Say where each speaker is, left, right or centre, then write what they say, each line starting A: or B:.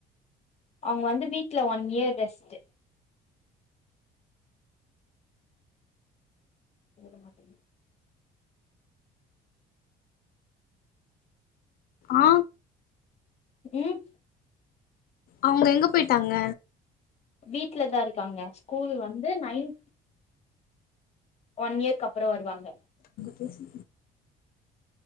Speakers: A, on the left; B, on the left.
A: அவுங்க வந்து வீட்ல ஒன் இயர் ரெஸ்ட்டு எழுதமாட்டேங்க
B: ஆ
A: ம்
B: அவுங்க எங்க போய்ட்டாங்க
A: வீட்ல தா இருக்காங்க ஸ்கூல் வந்து நைன் ஒன்யியர்க்கு அப்புற வருவாங்க
B: பேசு